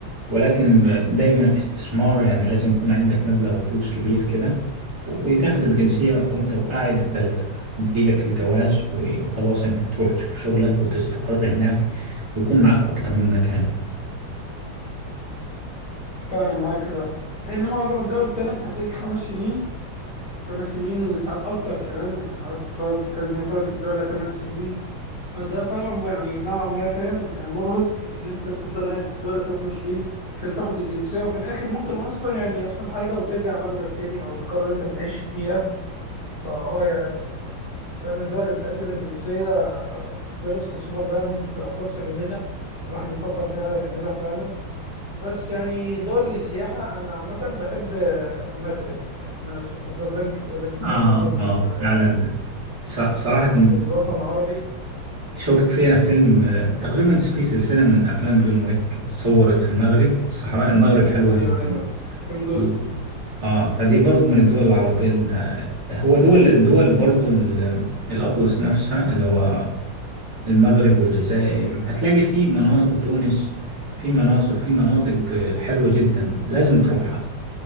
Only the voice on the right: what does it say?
ولكن دايما استثمار يعني لازم يكون عندك مبلغ فلوس كبير كده وتاخد الجنسية وانت قاعد في بلدك تجيلك الجواز وخلاص انت تروح تشوف شغلك وتستقر هناك ويكون معاك أكتر من مكان
آه
آه فعلا ص- صراحة
شفت فيها فيلم آه، تقريبا في سلسلة من أفلام جون ويك اتصورت في المغرب صحراء المغرب حلوة
جدا اه فدي برضو من الدول العربية اللي انت هو دول دول برضو ال- الأطلس نفسها اللي هو المغرب والجزائر هتلاقي في مناظر وتونس في مناظر في مناطق حلوة جدا لازم تروحها